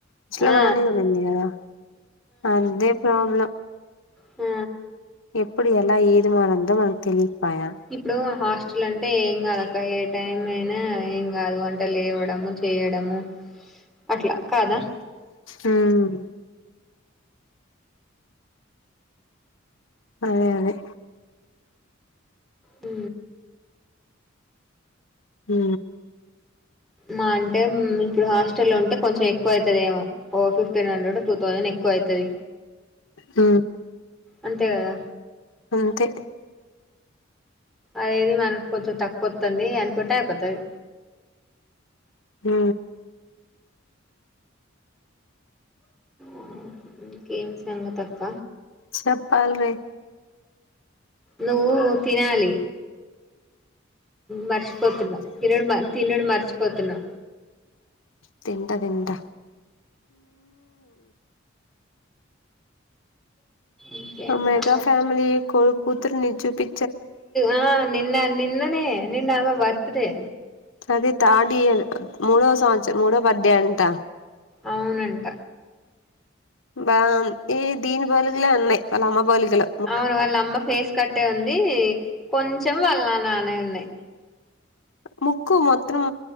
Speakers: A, on the left; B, in the centre.
A: అట్లు
B: ఆ
A: వానే ఉండింది కదా అదే ప్రాబ్లం
B: హు
A: ఎప్పుడు ఎలా ఏది మారుద్దో మనక్ తెలియపాయా
B: ఇప్పుడు హాస్టల్ అంటే ఏం కాదక్క ఏ టైమ్ అయినా ఏం కాదు అంటే లేవడం చేయడము అట్ల కాద
A: ఉమ్ అదే అదే
B: ఉ
A: ఉ
B: మా అంటే ఇప్పుడు హాస్టల్ లో ఉంటే కొంచెం ఎక్ ఎక్కువ అయితది ఏమో ఓ ఫిఫ్టీన్ హండ్రెడ్ టూ థౌజండ్ ఎక్కువ అవుతుది
A: ఉ
B: అంతే కదా
A: అంతే
B: అనేది మనకు కొంచెం తక్కువ వత్తుంది అనుకుంటే అయిపోతుంది
A: ఉ
B: ఉమ్ ఇంకేం సంగతి అక్క
A: చెప్పాల్ రె
B: నువ్ నువ్వు తినాలి మర్చిపోతున్నాం తినడుమ తిినడు మర్చిపోతున్నా
A: తింట తింట
B: ఇంకేం
A: ఆ మెగా
B: సంగతి
A: ఫ్యామలీ కొ కూతురునీ చూపి
B: ఆ నిన్న నిన్ననే నిన్న ఆమె బర్తడే
A: అది థర్డ్ ఇయర్ మూడో సంవత్సరం మూడో బర్త్డే అంట
B: అవునంట
A: బా ఏ దీని పోలికలు ఉన్నాయ్ వాళ్ళ అమ్మ పోలికలు
B: అవును వాళ్ళ అమ్మ ఫేస్ కట్టే ఉంది కొంచెం వాళ్ళ నా నాన్నయ్ ఉన్నాయి
A: ముక్కు మొత్తం